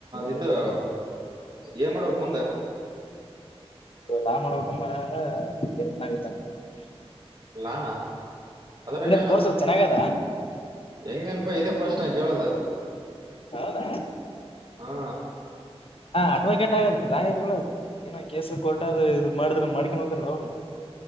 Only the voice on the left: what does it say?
ರ ಲಾ ಮಾಡಬೇಕಂಬ ಅ <unintelligible>
ಹಿಂಗದ್
ಕೋರ್ಸ್ ಚೆನ್ನಾಗದ
ಹೌದಾ
ಅಡ್ವೊಕೇಟ್ ಆಗದು ಲಾಯರ್ ಅದು ಏನೋ ಕೇಸ್ ಕೋರ್ಟ್ ಅ ಇದು ಮಾಡಿದ್ರ ಮಾಡ್ಕೊಂಡ ಹೋದ್ರ ಅವ್ರು